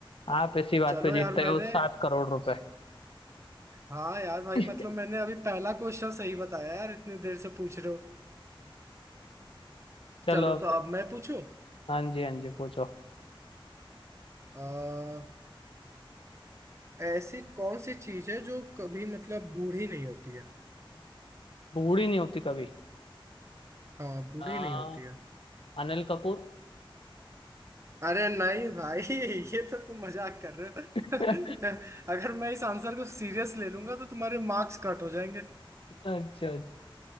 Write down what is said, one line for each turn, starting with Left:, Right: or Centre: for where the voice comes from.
Left: आप इसी बात
Right: चलो
Left: पे
Right: यार
Left: जीतते
Right: मैंने
Left: हो सात करोड़ रुपए
Right: हाँ यार भाई
Left: <laughs>
Right: मतलब मैंने अभी पहला क्वेश्चन सही बताया यार इतने देर से पूछ रहे हो
Left: चलो
Right: चलो
Left: अब
Right: तो अब
Left: तो
Right: मैं पूछूं
Left: हाँ जी हाँ जी पूछो
Right: आ, ऐसी कौन सी चीज है जो कभी मतलब बूढ़ी नहीं होती है
Left: बूढ़ी नहीं होती कभी
Right: हाँ बूढ़ी
Left: हाँ
Right: नहीं होती है
Left: अनिल कपूर
Right: अरे नहीं भाई <laughs> ये तो तुम मजाक कर रहे हो
Left: अच्छा
Right: <laughs> अगर मैं इस आंसर को सीरियस ले लूंगा तो तुम्हारे मार्क्स कट हो जाएंगे
Left: अच्छा